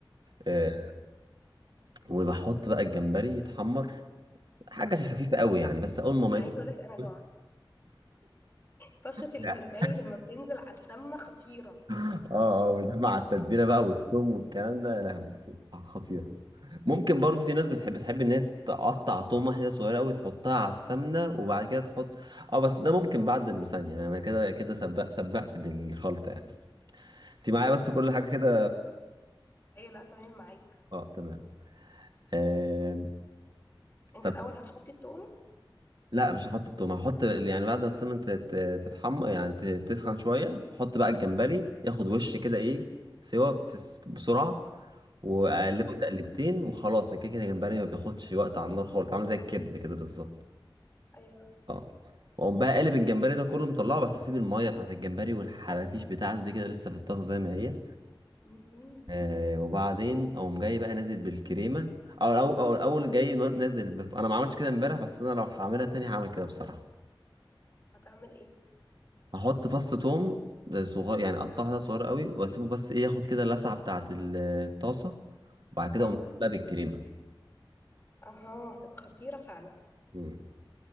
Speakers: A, on the left; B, on the right.
A: مم.
B: آه وبحط بقى الجمبري يتحمر حاجه خفيفه قوي يعني بس اول ما ميته
A: انا عايزه اقول لك انا جعت
B: <laughs>
A: طشه الجمبري
B: لا.
A: لما بتنزل على السمنه خطيره
B: اه اه وده مع التتبيله بقى والثوم والكلام ده يا لهوي بتبقى خطيره ممكن برضه في ناس بتحب تحب ان هي تقطع توم واحده صغيره قوي تحطها على السمنه وبعد كده تحط اه بس ده ممكن بعد المثانيه يعني انا كده كده سبق سبقت بالخلطه يعني انت معايا بس كل حاجه كده
A: ايوه لا تمام معاك
B: اه تمام آه...
A: انت
B: طب
A: الاول هتحطي التوم
B: لا مش هحط التوم هحط يعني بعد ما السمنه تتحمر يعني ت- تسخن شويه احط بقى الجمبري ياخد وش كده ايه سوا في الس- بسرعه واقلبه
A: مم.
B: تقلبتين وخلاص كده كده الجمبري ما بياخدش وقت على النار خالص عامل زي الكبده كده بالظبط
A: ايوه
B: اه واقوم بقى قلب الجمبري ده كله مطلعه بس اسيب الميه بتاعت الجمبري والحرافيش بتاعته دي كده لسه في الطاسه زي ما هي
A: مهم.
B: آه وبعدين اقوم جاي بقى نازل بالكريمه او او او اول جاي نازل بف... انا ما عملتش كده امبارح بس انا لو هعملها تاني هعمل كده بصراحه
A: هتعمل ايه
B: احط فص توم صغير يعني اقطعه كده صغير قوي واسيبه بس ايه ياخد كده اللسعه بتاعه ال- الطاسه وبعد كده
A: اه
B: اقوم نازل بقى بالكريمه
A: اها هتبقى خطيره فعلا
B: مم.